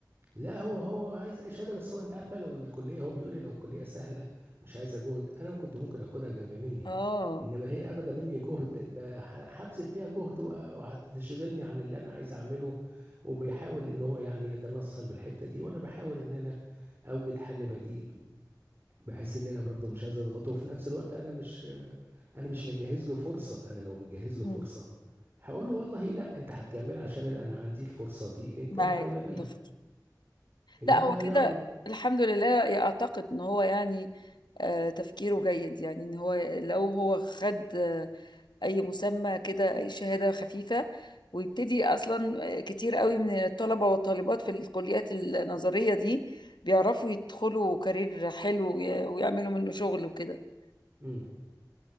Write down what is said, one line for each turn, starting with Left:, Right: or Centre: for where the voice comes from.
Right: لا هو هو عايز اي شهاده بس هو انت عارفه لو الكليه هو بيقول لي لو الكليه سهله مش عايزه جهد انا كنت ممكن اخدها جنب مني
Left: اه
Right: انما هي اخده مني جهد فهبذل فيها جهد وأ- وهتشغلني عن اللي انا عايز اعمله وبيحاول ان هو يعني يتنصل بالحته دي وانا بحاول ان انا اوجد حل بديل بحيث ان انا برضه مش عايز اضغطه وفي نفس الوقت انا مش انا مش مجهز له فرصه انا لو مجهز
Left: مم.
Right: له فرصه هقول له والله لا انت هتكمل عشان انا عندي الفرصه دي انت
Left: معاك
Right: اولى بيها
Left: متفق
Right: انما
Left: لا هو كده
Right: انا
Left: الحمد لله اعتقد ان هو يعني آه، تفكيره جيد يعني ان هو لو هو خد آه، اي مسمى كده اي شهادة خفيفة ويبتدي اصلا آه، كتير قوي من الطلبة والطالبات في الكليات النظرية دي بيعرفوا يدخلوا كارير حلو وي- ويعملوا منه شغل وكده
Right: امم